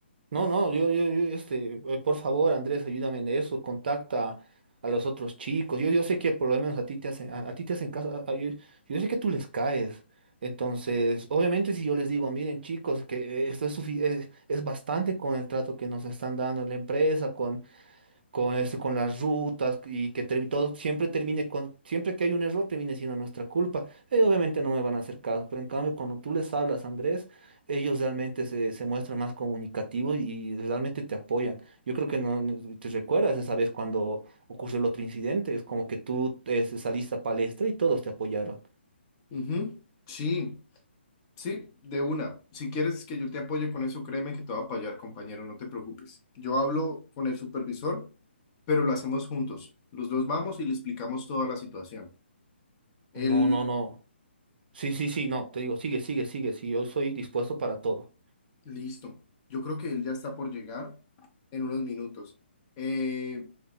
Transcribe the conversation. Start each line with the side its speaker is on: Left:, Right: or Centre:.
Right: no, no, yo, yo, yo, este, eh, por favor, Andrés, ayúdame en eso, contacta a los otros chicos. Yo, yo sé que por lo menos a ti te hacen, a, a ti te hacen caso, a- a- yo, yo sé que tú les caes. Entonces, obviamente si yo les digo, miren chicos, que eh, esto es, sufi- es, es bastante con el trato que nos están dando en la empresa, con eso, con las rutas y que termi- todo siempre termine con, siempre que hay un error termine siendo nuestra culpa. Ellos obviamente no me van a hacer caso, pero en cambio cuando tú les hablas, Andrés, ellos realmente se, se muestran más comunicativos y realmente te apoyan. Yo creo que no, no- te recuerdas esa vez cuando ocurrió el otro incidente, es como que tú eh, saliste a palestra y todos te apoyaron.
Left: Ujú, Sí, sí, de una. Si quieres que yo te apoye con eso, créeme que te voy a apoyar, compañero, no te preocupes. Yo hablo con el supervisor, pero lo hacemos juntos. Los dos vamos y le explicamos toda la situación. Él,
Right: No, no, no. Sí, sí, sí, no, te digo, sigue, sigue, sigue, sí, yo soy dispuesto para todo.
Left: listo. Yo creo que él ya está por llegar en unos minutos. Eh,